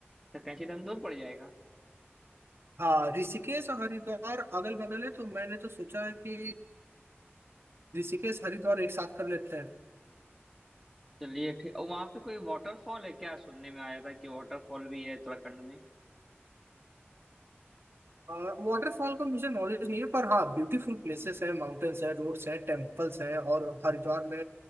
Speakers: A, in the centre; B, on the right.
A: अच्छा कैंची धाम दूर पड़ जाएगा
B: हाँ ऋषिकेश और हरिद्वार अगल बगल है तो मैंने तो सोचा कि ऋषिकेश हरिद्वार एक साथ कर लेते हैं
A: चलिए ठीक और वहाँ पे कोई वाटरफॉल है क्या सुनने में आया था कि वाटरफॉल भी है उत्तराखंड में
B: वाटरफॉल का मुझे नॉलेज नहीं है पर हाँ ब्यूटीफुल प्लेसेस है माउंटेन्स है रोड्स हैं टेम्पल्स हैं और हरिद्वार में